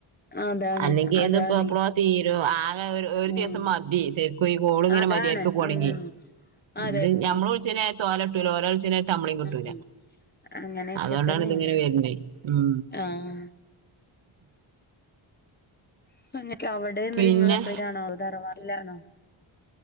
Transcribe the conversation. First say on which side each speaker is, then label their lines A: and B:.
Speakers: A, on the left (about 20°); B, on the right (about 65°).
A: അതാണ്
B: അല്ലെങ്കിത്
A: അതാണ്
B: പ പ്ലോ തീരും ആകെ ഒര് ഒരു
A: ഉം
B: ദിവസം മതി ശരി ഈ കോള്ങ്ങനെ
A: അതാണ്
B: മര്യാര്ക്ക് പോണ്ല്യ
A: ഉം അതന്നെ
B: ഇത് നമ്മളുൾച്ച്ണേര്ത് ഓലട്ടൂല ഓലെൾച്ച്ണേര തമ്മളിം കിട്ടൂല
A: ഉം അങ്ങനെയൊക്കെ
B: അതോണ്ടാണിത്
A: തന്നെയാണ്
B: ഇങ്ങനെവര്ന്നെ മ്.
A: ആഹ്. <unintelligible>
B: പിന്നെ
A: തറവാട്ടിലാണോ?